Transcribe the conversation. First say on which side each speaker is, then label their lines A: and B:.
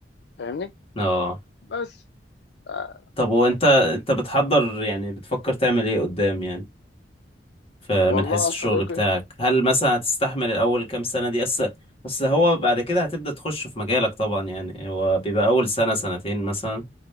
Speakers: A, on the left; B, on the left.
A: فاهمني
B: اه
A: بس آه
B: طب وأنت أنت بتحضر يعني بتفكر تعمل إيه قدام يعني فمن
A: والله
B: حيث
A: يا
B: الشغل
A: صديقي
B: بتاعك هل مثلا هتستحمل الأول كام سنة دي أصل أصل هو بعد كده هتبدأ تخش في مجالك طبعا يعني هو بيبقى أول سنة سنتين مثلا